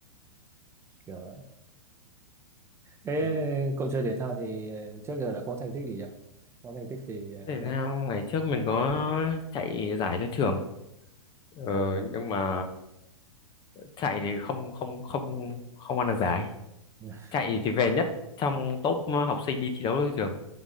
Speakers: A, on the right; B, on the left.
A: kiểu vậy. thế
B: ừ.
A: cậu chơi thể thao thì ờ, trước giờ đã có thành tích gì chưa có thành tích gì ờ,
B: thể
A: không
B: thao ngày trước mình có chạy giải cho trường ờ,
A: à,
B: nhưng mà chạy thì không không không không ăn được giải
A: <laughs>
B: chạy thì về nhất trong top học sinh đi thi đấu ở trường